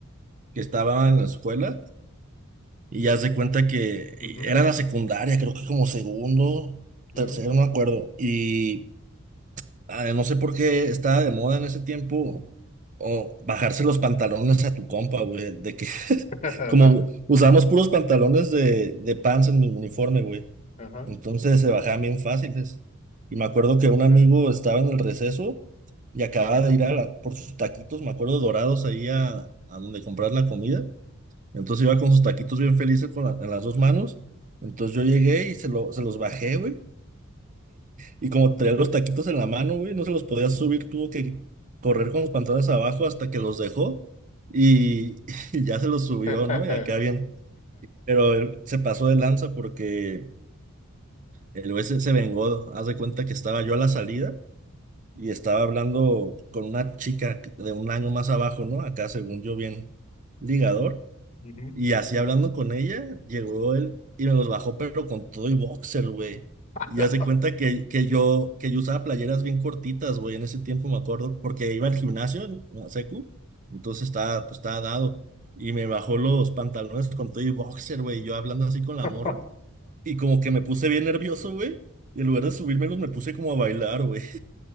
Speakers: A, on the right; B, on the left.
A: que estaba en la escuela y ya se cuenta que
B: Ujú, ujú,
A: era la secundaria, creo que como segundo,
B: ujú,
A: tercero,
B: ujú.
A: no me acuerdo. y ah, no sé por qué estaba de moda en ese tiempo o bajarse los pantalones a tu compa, güey, de que <laughs>
B: <laughs>
A: como usamos puros pantalones de, de pants en mi uniforme, güey,
B: Ajá.
A: entonces se bajaban bien fáciles. Y me acuerdo que un amigo
B: eh.
A: estaba en el receso y acababa de ir a la- por sus taquitos, me acuerdo, dorados ahí a, a donde comprar la comida. Entonces iba con sus taquitos bien felices con la- en las dos manos. Entonces yo llegué y se, lo, se los bajé, güey. Y como traía los taquitos en la mano, güey, no se los podía subir, tuvo que correr con los pantalones abajo hasta que los dejó y, <laughs> y ya se los subió,
B: <laughs>
A: ¿no? Y acá bien, pero él se pasó de lanza porque el güey se, se vengó, haz de cuenta que estaba yo a la salida y estaba hablando con una chica de un año más abajo, ¿no? Acá según yo bien ligador.
B: Ujú.
A: Y así hablando con ella, llegó él y me los bajó, pero con todo y boxer, güey.
B: <laughs>
A: Y hace cuenta que, que yo, que yo usaba playeras bien cortitas, güey, en ese tiempo me acuerdo, porque iba al gimnasio, a secu, entonces estaba, pues estaba dado. Y me bajó los pantalones con todo y boxer, güey, y yo hablando así con la
B: <laughs>
A: morra. Y como que me puse bien nervioso, güey. Y en lugar de subírmelos, me puse como a bailar, güey.